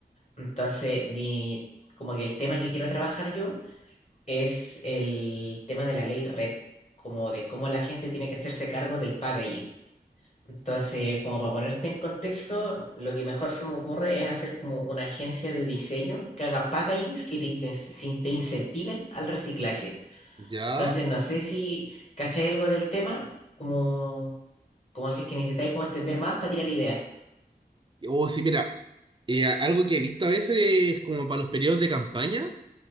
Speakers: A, on the left; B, on the right.
A: Entonces, mi, como que el tema que quiero trabajar yo es el tema de la ley REP, como de cómo la gente tiene que hacerse cargo del packaging. Entonces, como para ponerte en contexto, lo que mejor se me ocurre es hacer como una agencia de diseño que haga packagings que te, inten- sin- te incentiven al reciclaje.
B: Ya.
A: Entonces, no sé si cacháis algo del tema, como, como si es que necesitáis como entender más para tirar ideas.
B: O sí, mira, eh, a- algo que he visto a veces como para los periodos de campaña